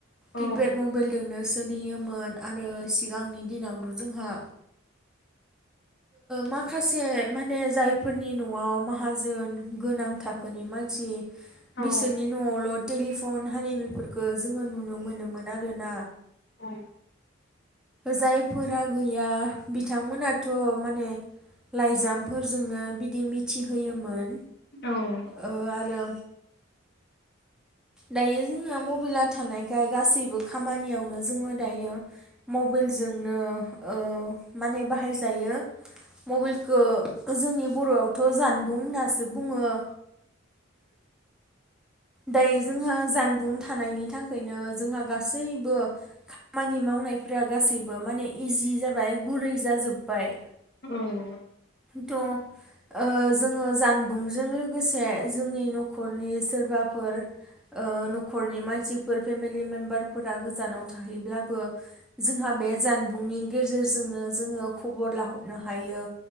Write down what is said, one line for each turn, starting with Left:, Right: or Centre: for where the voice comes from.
Left: औ
Centre: किपेड मबाइलजोंनो सोलियोमोन आरो सिगांनि दिनावथ' जोंहा माखासे माने जायफोरनि न'आव माहाजोन गोनां थाखोनि मानसि
Left: औ
Centre: बिसोरनि न'आवल' टेलिफन हारिमुफोरखौ जोङो नुनो मोनोमोन आरोना
Left: औ
Centre: जायफोरा गैया बिथांमोनाथ' माने लाइजामफोरजोंनो बिदि मिथिहोयोमोन।
Left: औ
Centre: ओ आरो दायो जोंहा मबाइला थानायखाय गासैबो खामानियावनो जोङो दायो मबेलजोंनो ओ माने बाहायजायो मबलखौ जोंनि बर'आवथ' जानबुं होन्नासो बुङो। दायो जोंहा जानबुं थानायनि थाखायनो जोंहा गासैबो खामानि मावनायफ्रा गासैबो माने इजि जाबाय गुरै जाजोब्बाय।
Left: औ
Centre: थ' जोङो जानबुंजों लोगोसे जोंनि न'खरनि सोरबाफोर न'खरनि मानसिफोर फेमिलि मेम्बारफोरा गोजानाव थाहैब्लाबो जोंहा बे जानबुंनि गेजेरजोंनो जोङो खबर लाहरनो हायो।